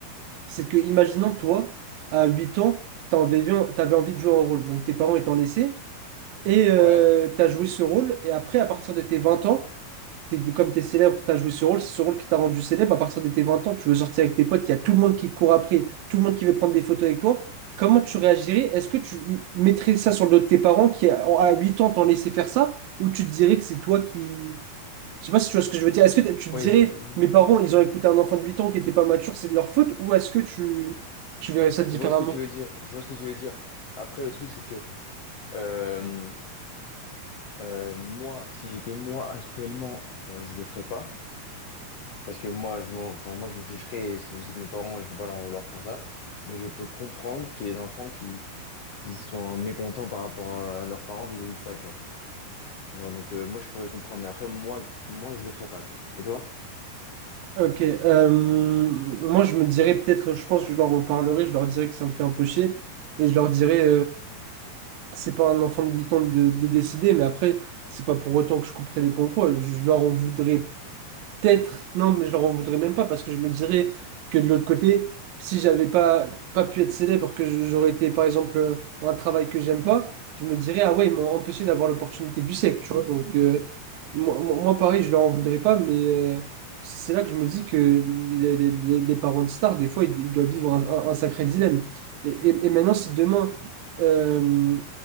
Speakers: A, on the right; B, on the left.
A: c'est que, imaginons, toi, à 8 ans, tu avais, envie de jouer un rôle. Donc, tes parents ils t'ont laissé, et
B: Ouais.
A: tu as joué ce rôle, et après, à partir de tes 20 ans, t'es, comme t'es célèbre, t'as joué ce rôle, c'est ce rôle qui t'a rendu célèbre. À partir de tes 20 ans, tu veux sortir avec tes potes, il y a tout le monde qui te court après, tout le monde qui veut prendre des photos avec toi. Comment tu réagirais? Est-ce que tu m- mettrais ça sur le dos de tes parents qui, à à 8 ans, t'ont laissé faire ça? Ou tu te dirais que c'est toi qui... Je sais pas si tu vois ce que je veux dire. Est-ce que t- tu te
B: Oui,
A: dirais,
B: je, je-
A: mes parents, ils ont
B: je-
A: écouté un enfant de 8 ans qui n'était pas mature, c'est de leur faute? Ou est-ce que tu, tu verrais ça différemment?
B: je vois ce que tu veux dire. Je vois ce que tu veux dire. Après, le truc, c'est que euh, Euh, moi, si j'étais moi actuellement, euh, je le ferais pas. Parce que moi, je m'en, enfin, moi, je m'en ficherais. et Je sais que mes parents, je peux pas leur en vouloir pour ça. Mais je peux comprendre qu'il y ait des enfants qui, qui sont mécontents par rapport à leurs parents vis-à-vis de ça, tu vois. Genre, donc, euh, moi, je pourrais comprendre. Mais après, moi, moi, je le ferais pas, tu vois. Et toi?
A: Ok, euh, moi je me dirais peut-être, je pense que je leur en parlerai, je leur dirais que ça me fait un peu chier, et je leur dirais, c'est pas un enfant de 8 ans de, de décider, mais après, c'est pas pour autant que je couperai les ponts, quoi. Je leur en voudrais peut-être, non, mais je leur en voudrais même pas parce que je me dirais que de l'autre côté, si j'avais pas, pas pu être célèbre, que je- j'aurais été par exemple euh, un travail que j'aime pas, je me dirais, ah ouais, ils m'ont empêché d'avoir l'opportunité du siècle, tu vois. Donc, euh, moi, moi- moi, pareil, je leur en voudrais pas, mais euh, c'est c'est là que je me dis que les, les- les- les parents de stars, des fois, ils, ils doivent vivre un, un- un sacré dilemme. Et, et- et maintenant, si demain, euh,